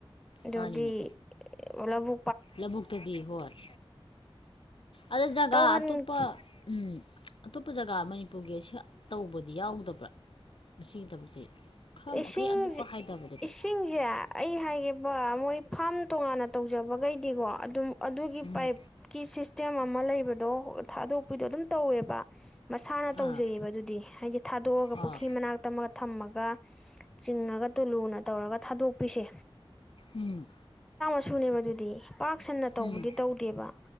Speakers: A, in the centre; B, on the left.
A: ꯑꯗꯨꯗꯤ
B: ꯃꯥꯅꯤꯅꯦ
A: ꯑꯣꯂꯕꯨ
B: ꯂꯧꯕꯨꯛꯇꯗꯤ ꯍꯣꯏ ꯑꯗ ꯖꯒꯥ
A: ꯇꯧꯍꯟ
B: ꯑꯇꯣꯞꯄ ꯎꯝ ꯑꯇꯣꯞꯄ ꯖꯒꯥ ꯃꯅꯤꯄꯨꯔꯒꯤ ꯇꯧꯕꯗꯤ ꯌꯥꯎꯗꯕ꯭ꯔꯥ ꯃꯁꯤꯒꯤ ꯊꯕꯛꯁꯦ ꯈꯔ
A: ꯏꯁꯤꯡꯁꯦ
B: ꯃꯈꯩ ꯑꯇꯣꯞꯄ ꯍꯥꯏꯗꯕꯗꯗꯤ
A: ꯏꯁꯤꯡꯁꯦ ꯑꯩ ꯍꯥꯏꯒꯕ ꯃꯣꯏ ꯐꯥꯝ ꯇꯣꯉꯥꯟꯅ ꯇꯧꯖꯕꯈꯩꯗꯤꯀꯣ ꯑꯗꯨꯝ ꯑꯗꯨꯒꯤ
B: ꯎꯝ
A: ꯄꯥꯏꯞꯀꯤꯁ ꯁꯤꯁꯇꯦꯝ ꯑꯃ ꯂꯩꯕꯗꯣ ꯊꯥꯗꯣꯛꯄꯤꯗꯣ ꯑꯗꯨꯝ ꯇꯧꯋꯦꯕ ꯃꯁꯥꯅ ꯇꯧꯖꯩꯑꯕ
B: ꯑꯥ
A: ꯑꯗꯨꯗꯤ ꯍꯥꯏꯗꯤ ꯊꯥꯗꯣꯛꯑꯒ ꯄꯨꯈ꯭ꯔꯤ
B: ꯑꯥ
A: ꯃꯅꯥꯛꯇ ꯑꯃꯒ ꯊꯝꯃꯒ ꯆꯤꯡꯉꯒ ꯇꯨꯂꯨꯅ ꯇꯧꯔꯒ ꯊꯥꯗꯣꯛꯄꯤꯁꯦ
B: ꯎꯝ
A: ꯁ ꯁꯨꯅꯦꯕ ꯑꯗꯨꯗꯤ ꯄꯥꯛ ꯁꯟꯅ ꯇꯧꯕꯗꯤ
B: ꯎꯝ
A: ꯇꯧꯗꯦꯕ